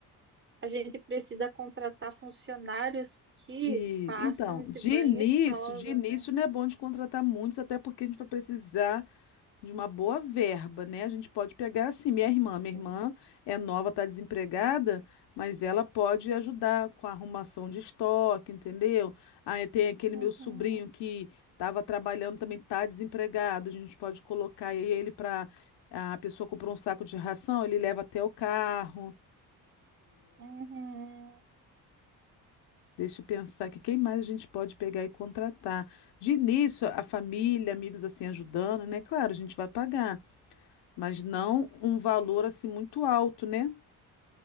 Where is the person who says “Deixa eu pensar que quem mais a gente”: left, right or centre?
Left